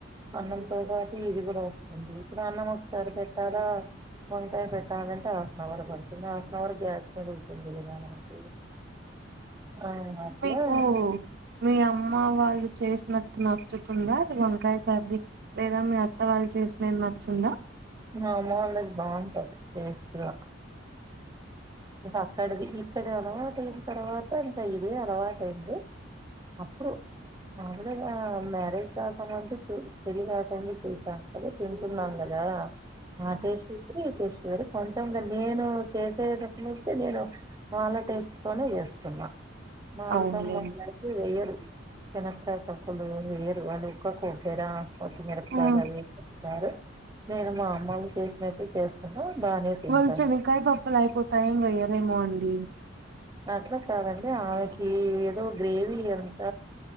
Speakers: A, on the right; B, on the right.
A: అన్నం తో పాట్ ఇది కూడా వస్తుంది ఇప్పుడ అన్నం ఒకసారి పెట్టాలా వంకాయ పెట్టాలంటే హాఫ్ అన్ అవర్ పడుతుంది హాఫ్ అన్ అవర్ గ్యాస్ మీద ఉతుంది కదా ఆ అట్లా
B: మీకు మీ అమ్మ వాళ్ళు చేసినట్టు నచ్చుతుందా అది వంకాయ కర్రీ లేేదా మీ అత్త వాళ్ళు చేసినది నచ్చిందా
A: మా అమ్మ వాళ్ళది బాగుంటది టేస్ట్ ఎలా అక్కడిది ఇక్కడి అలవాటయిన తర్వాత ఇంకా ఇదే అలవాటయింది అప్పుడు నా వల్ల కాదనరు చేస్తానంటే చూడు <unintelligible> చూసా కదా తింటున్నాం కదా ఆ టేస్ట్ వేరు ఈ టేస్ట్ వేర్ చూడు కొంచె నేను చేసేది నుంచి నేను మా వాళ్ళ టేస్ట్ తోనే చేస్తున్నా మా
B: అవునులేండి
A: అత్తమ్మ అట్లాంటివి చేయరు చెన్నకాయ్ పప్పులు ఈ ఇయర్ వల్లే ఎక్కువ కోసర పచ్చి మిరపకాయలు
B: ఉమ్,
A: <unintelligible> సరే నేను మా అమ్మలు చేసినట్టు చేస్తున్నా
B: <unintelligible>
A: బానే తింటాను
B: చెన్నకాయ పప్పు యిపో <unintelligible> అండి
A: అట్లా కాదండి ఆమెకి ఏదో గ్రేవీ ఎంత